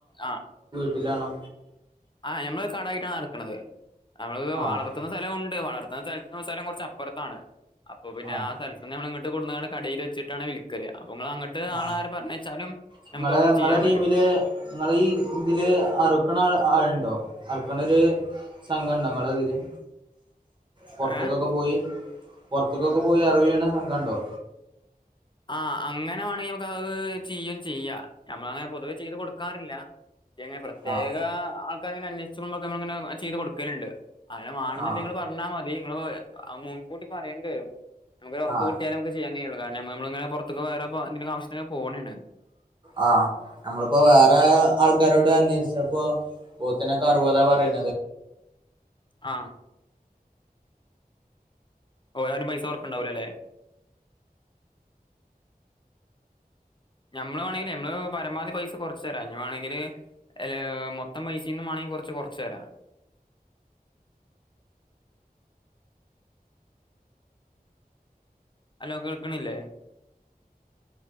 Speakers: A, on the left; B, on the right.
A: ആ
B: ട്ടിലാണോ
A: ആ ഞമ്മള് കടയിട്ടാണ് നടക്കണത് അവള്
B: ആഹ്
A: വളർത്തുന്ന സ്ഥലമുണ്ട് വളർ സ്ഥലം കുറച്ച് അപ്പുറത്താണ് അപ്പൊ പിന്നെ
B: ആഹ്
A: ആ കൊണ്ടന്നാണ്ട് കടയിൽ വെച്ചിട്ടാണ് വിൽക്കല് നിങ്ങൾ അങ്ങോട്ട്
B: ആ
A: ആളെ ആരെ പറഞ്ഞയച്ചാലും
B: നിങ്ങളെ
A: നമുക്ക് അവിടുന്ന്
B: നിങ്ങളെ
A: ചെയ്യാൻ
B: ടീമില്
A: പറ്റും
B: നിങ്ങള് ഈ ഇതില് ആ അറുക്കണ ആളുണ്ടോ അറുക്കണ ഒരു സംഘം ഉണ്ടോ നിങ്ങളെതില് പൊറത്തേക്കൊക്കെ
A: ഏഹ്
B: പോയി പൊറത്തേക്കൊക്കെ പോയി അറവിയണ സംഘംണ്ടോ
A: ആ അങ്ങനെ വേണെങ്കിൽ നമുക്ക് അത് ചെയും ചെയ്യാം നമ്മള് അങ്ങനെ പൊതുവെ ചെയ്ത് കൊടുക്കാറില്ല ങ്ങനെ പ്രത്യേക
B: ആഹ്
A: ആൾക്കാര് ഇങ്ങനെ അന്വേഷിച്ച് വരുമ്പോഴൊക്കെ നമ്മള് ഇങ്ങനെ ചെയ്ത് കൊടുക്കലുണ്ട് അങ്ങനെ മാണന്നുണ്ടെങ്കിൽ
B: ആഹ്
A: നിങ്ങള് പറഞ്ഞ മതി നിങ്ങള് മുൻകൂട്ടി പറയേണ്ടി വരും നമുക്ക് ഒരു ഉറപ്പ്‌
B: ആഹ്
A: കിട്ടിയാലേ നമുക്ക് ചെയ്യാൻ കഴിയുള്ളൂ കാരണം നമ്മളിങ്ങനെ പൊറതിക്കും വേറെ എന്തെങ്കിലും ആവശ്യത്തിന് പോണയാണ്
B: ആ നമ്മളിപ്പോ വേറെ ആൾക്കാരോട് അന്വേഷി പ്പോ പോത്തിനെക്കെ അറുപതാ പറയുന്നത്
A: ആ ഓരാരും പൈസ കുറയ്ക്കു ഉണ്ടാവില്ലല്ലോ ഞമ്മള് വേണമെങ്കില് ഞമ്മള് പരമാവധി പൈസ കുറച്ചു തരാം ഇനി വേണമെങ്കില് അല്ല മൊത്തം പൈസയിന്ന് വേണെങ്കിൽ കുറച്ച് കുറച്ച് തരാം ഹലോ കേൾക്കണില്ലേ